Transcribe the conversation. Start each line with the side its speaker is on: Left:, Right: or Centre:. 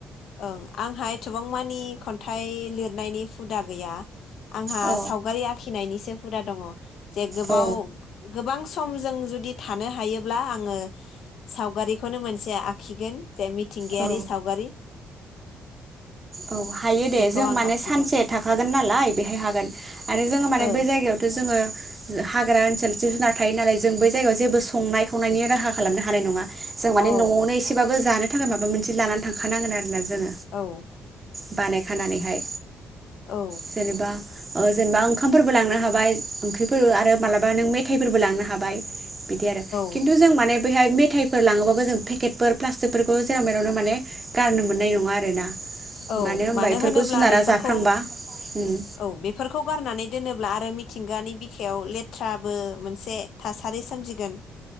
Left: ओं आंहाय थबांमानि खन्थाइ लिरनायनि हुदा गैया आंहा
Right: औ
Left: सावगारि आखि नायनिसो हुदा दङ जे गोबाव
Right: औ
Left: गोबां सम समजों जुदि थानो हायोब्ला आङो सावगारिखौनो मोनसे आखिगोन जे मिथिंगायारि
Right: औ
Left: सावगारि
Right: औ हायो दे
Left: बेखौ
Right: जों
Left: आं
Right: माने
Left: आखिगोन
Right: सानसे थाखागोन नालाय बेहाय हागोन आरो जोङो माने
Left: ओ
Right: बै जायगायावथ' जोङो हाग्रा ओनसोल जिब जुनार थायो नालाय जों बै जायगायाव जेबो संनाय खावनायनि राहा खालामनो हानाय नङा जों माने
Left: औ
Right: न'आवनो एसेबाबो जानो नि थाखाय माबा मोनसे लानानै थांखानांगोन आरोना जोङो
Left: औ
Right: बानायखानानैहाय
Left: औ
Right: जेनेबा ओ जेनेबा ओंखामफोरबो लांनो हाबाय ओंख्रिफोर आरो मालाबा नों मेथाइफोरबो लांनो हाबाय बिदि आरो
Left: औ
Right: खिन्थु जों माने बेहाय मेथाइफोर लाङोबाबो जों पेकेटफोर प्लास्टिकफोरखौ जेराव मेरावनो माने गारनो मोननाय नङा आरोना
Left: औ
Right: होनबा
Left: मानो
Right: बेफोरखौ
Left: होनोब्ला
Right: जुनारा
Left: बेफोरखौ
Right: जाफ्लांबा उम
Left: औ बेफोरखौ गारनानै दोनोब्ला अब्ला आरो मिथिंगानि बिखायाव लेथ्राबो मोनसे थासारि सोमजिगोन